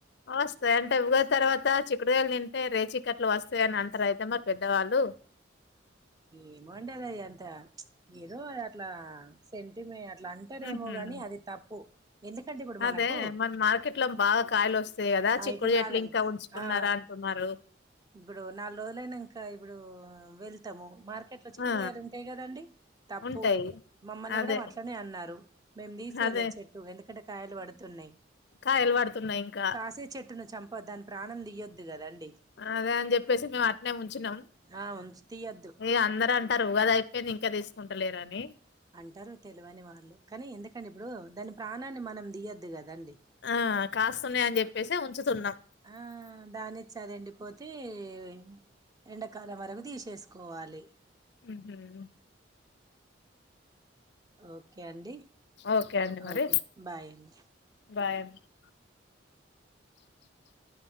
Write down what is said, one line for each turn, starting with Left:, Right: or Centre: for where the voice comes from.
Left: వస్తాయి అంటే ఉగాది తర్వాత చిక్కుడుకాయలు తింటే రేచికట్లు వస్తాయ అని అంటరు అయితే మరి పెద్దవాళ్ళు
Right: ఏమోండీ అది ఎంత ఏదో అ అట్లా సెంటిమెట్ అ అట్లా అంటారెమో
Left: ఉహుమ్
Right: గాని అది తప్పు ఎందుకంటే ఇప్పుడు మనకు
Left: అదే మన మార్కెట్ లో బాగా కాయలు వస్తాయి కదా
Right: ఆ
Left: చిక్కుడు
Right: ఇప్పుడు
Left: చెట్లు
Right: నాలు
Left: ఇంకా ఉంచుకున్నారా
Right: ఆ
Left: అంటున్నారు
Right: ఇప్పుడు నాలుగు రోజులైనంక ఇప్పుడు వెళ్తాము మార్కె ఎట్లా చిక్కుడుగాయలు
Left: ఆ
Right: ఉంటాయి కదండి తప్పు
Left: ఉంటాయి
Right: అది మమ్మల్ని
Left: అదే
Right: కూడా అట్లనే అన్నారు మే తీసే
Left: అదే
Right: లేదుచెట్టు ఎందుకంటే కాయలు పడుతున్నాయి
Left: కాయలు పడుతున్నాయి ఇంకా
Right: కాసే చెట్టును చంపద్దు దాని ప్రాణం దియ్యొద్దు కదాండి
Left: అదే అని చెప్పేసి మేము అట్నే ఉంచినం
Right: ఆ ఉంచు తీయొద్దు
Left: ఇగా అందర అంటారు ఉగాది అయిపోయింది ఇంకా తీసుకుంటలేరాని
Right: అంటారు తెలవని వాళ్ళు కానీ ఎందుకంటే ఇప్పుడు దాని ప్రాణాన్ని మనం దియొద్దు కదా దండి
Left: ఆ కాస్తున్నాయి అని చెప్పేసి ఉంచుతున్నాం
Right: ఆ దాన్నిచ్చేది ఎండిపోతది యితే ఎండాకాలం వరకు తీసేసుకోవాలి
Left: ఉహూ
Right: ఓకే అండి
Left: ఓకే అండి మరి
Right: ఓకే బాయ్ అండి
Left: బాయ్ అండి కీక్ కీక్